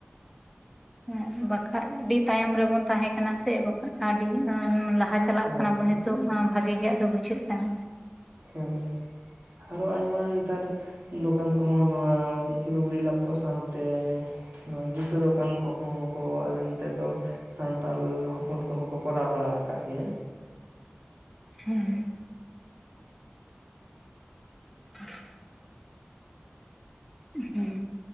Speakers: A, in the centre; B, on the right.
A: ᱦᱮᱸ ᱵᱟᱠᱷᱟᱡ ᱟᱹᱰᱤ ᱛᱟᱭᱚᱢ ᱨᱮᱵᱚᱱ ᱛᱟᱦᱮᱸ ᱠᱟᱱᱟ ᱥᱮ ᱵᱟᱠᱷᱟᱱ ᱟᱹᱰᱤ ᱞᱟᱦᱟ ᱪᱟᱼᱼ ᱪᱟᱞᱟᱜ
B: ᱦᱳᱭ
A: ᱠᱟᱱᱟ ᱵᱚᱱ
B: ᱦᱮᱸ
A: ᱱᱤᱛᱚᱜ ᱦᱚᱸ ᱵᱷᱟᱜᱮ ᱜᱮ ᱟᱫᱚ ᱵᱩᱡᱷᱟᱹᱜ ᱠᱟᱱᱟ᱾
B: ᱦᱮᱸ ᱟᱨᱚ ᱟᱭᱢᱟ ᱱᱮᱛᱟᱨᱼᱼ ᱫᱚᱠᱟᱱ ᱠᱚᱦᱚᱸ ᱱᱚᱣᱟ ᱞᱩᱜᱽᱲᱤ ᱞᱟᱯᱚ ᱥᱟᱶᱛᱮᱻ ᱱᱚᱣᱟ ᱡᱩᱛᱟᱹ ᱫᱚᱠᱟᱱ ᱠᱚᱦᱚᱸ ᱠᱚ ᱟᱞᱮ ᱱᱚᱛᱮ ᱫᱚ, ᱥᱟᱱᱛᱟᱞ ᱦᱚᱯᱚᱱ ᱠᱚᱦᱚᱸ ᱠᱚ ᱠᱚᱨᱟᱣ ᱵᱟᱲᱟ ᱟᱠᱟᱫ ᱜᱮᱭᱟ᱾
A: ᱦᱮᱸ <unintelligible> ᱦᱮᱸ